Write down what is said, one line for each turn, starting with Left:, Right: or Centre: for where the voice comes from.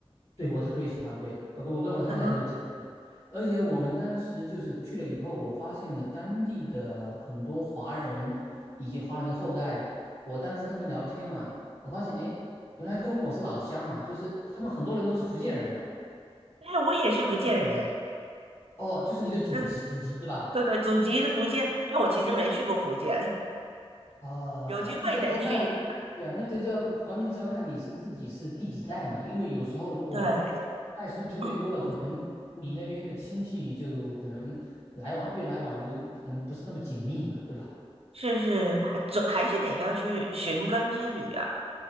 Left: 对，我特别喜欢，对，我跟我跟我太太都特别喜欢，
Right: 啊，
Left: 而且我们当时就是去了以后，我发现了当地的很多华人以及华人的后代。我当时跟他们聊天嘛，我发现，哎，诶原来跟我是老乡啊，就是他们很多人都是福建人啊。
Right: 哎，我也是福建人诶。
Left: 哦，就是你的祖籍，
Right: 嗯，
Left: 祖籍是吧？
Right: 对对，祖籍是福建，但我其实没去过福建，
Left: 啊，
Right: <laughs> 有机会得去。
Left: 那国那对啊，那就叫关键是要看你是自己是第几代嘛，因为有时候如果
Right: 对，
Left: 代数特别多了，
Right: 嗯嗯，
Left: 可能你那边的亲戚就可能来往越来往就可能不是那么紧密嘛，对吧？
Right: 是是，还总还是得要去寻根之旅啊。